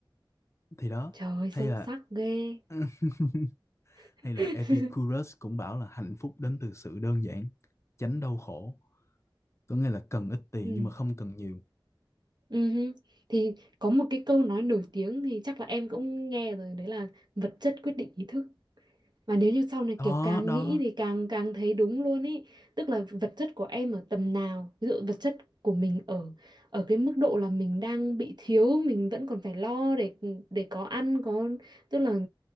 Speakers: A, on the left; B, on the right.
A: thì đó
B: trời
A: hay
B: sâu
A: là
B: sắc ghê
A: <laughs>
B: <laughs>
A: hay là Epicurus cũng bảo là hạnh phúc đến từ sự đơn giản tránh đau khổ có nghĩa là cần ít tiền
B: ừ
A: nhưng mà không cần nhiều
B: Ừ hứ. Thì có một cái câu nói nổi tiếng thì chắc là em cũng nghe rồi đấy là vật chất quyết định ý thức mà nếu như sau này
A: đó
B: kiểu càng
A: đó
B: nghĩ thì càng càng thấy đúng luôn ý. Tức là vật chất của em ở tầm nào, ví dụ vật chất của mình ở ở cái mức độ là mình đang bị thiếu, mình vẫn còn phải lo để để có ăn có tức là